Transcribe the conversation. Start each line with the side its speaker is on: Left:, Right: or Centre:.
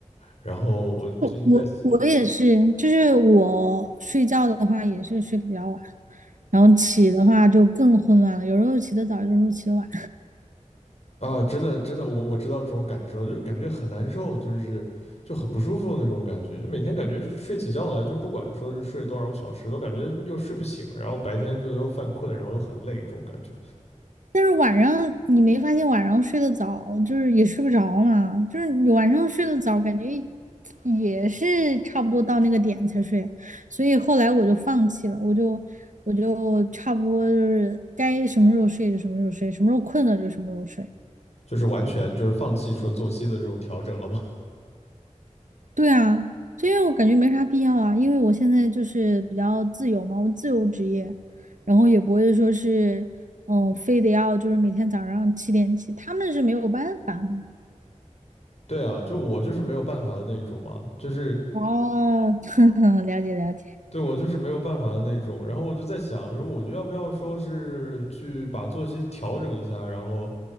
Left: 然后我最近在想
Right: 我我也是，就是我睡觉的话也是睡得比较晚，然后起的话就更混乱了，有时候起得早，有时候起得晚。
Left: 啊，真的，真的，我我知道这种感受，就是感觉很难受，就是就很不舒服那种感觉，就每天感觉睡起觉来，就不管说是睡多少个小时，都感觉又睡不醒，然后白天就又犯困，然后又很累，这种感觉，
Right: 但是晚上你没发现晚上睡得早，就是也睡不着嘛，就是你晚上睡得早，感觉也是差不多到那个点才睡，所以后来我就放弃了，我就我就差不多就是该什么时候睡就什么时候睡，什么时候困了就什么时候睡。
Left: 就是完全就是放弃说作息的这种调整了嘛。
Right: 对啊，这样我感觉没啥必要啊，因为我现在就是比较自由嘛，我自由职业，然后也不会说是，嗯，非得要就是每天早上七点起，他们是没有办法的。
Left: 对啊，就我就是没有办法的那种嘛，就是
Right: 哦，<laughs> 了解了解，
Left: 对我就是没有办法的那种。然后我就在想，说我就要不要说是去把作息调整一下，然后